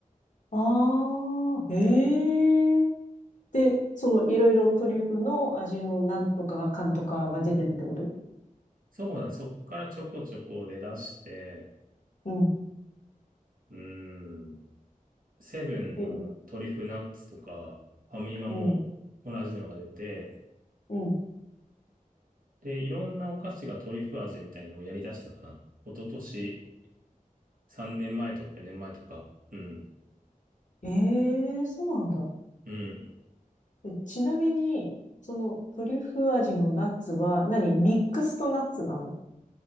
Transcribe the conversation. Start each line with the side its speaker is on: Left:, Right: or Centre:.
Left: ああ、へえ。で、そのいろいろトリュフの味のなんとかが、かんとかが出てるってこと
Right: そうだね、そっからちょこちょこ出だして、
Left: うん。
Right: うーん、セブンのトリュフナッツとか、
Left: え、
Right: ファミマも同じのが出て、
Left: うん、うん。
Right: で、いろんなお菓子がトリュフ味みたいのをやり出したかな。一昨年3年前とか4年前とか。うん。
Left: ええそうなんだ。
Right: うん。
Left: え、ちなみに、そのトリュフ味のナッツは何、ミックスとナッツなの